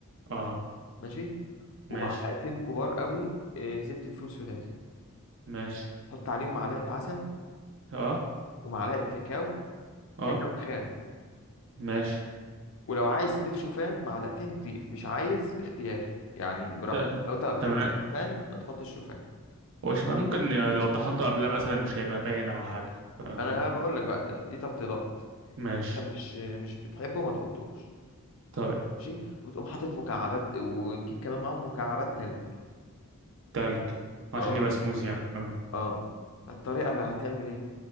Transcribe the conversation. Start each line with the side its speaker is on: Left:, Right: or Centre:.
Right: اه
Left: ماشي ومعلقتين
Right: ماشي
Left: كبار قوي آه، زبدة فول سوداني
Right: ماشي
Left: تحط عليهم معلقة عسل
Right: اه
Left: ومعلقة كاكاو
Right: اه
Left: كاكاو خام
Right: ماشي
Left: ولو عايز تضيف شوفان معلقتين ضيف مش عايز اختياري يعني براحتك
Right: ت-
Left: لو انت ما بتحبش
Right: تمام
Left: الشوفان ما تحطش شوفان
Right: هو شوف أنا ممكن لو طحنته قبلها مثلا مش هيبقى باين او حاجة آه
Left: انا بقول لك بقى انت دي تفضيلات
Right: ماشي
Left: انت مش مش بتحبه ما تحطوش
Right: طيب
Left: ماشي وتقوم حاطط مكعبات وتجيب كمان معاهم مكعبات تلج
Right: تلج عشان
Left: اه
Right: يبقى سموز يعني اه
Left: اه الطريقه بقى هتعمل ايه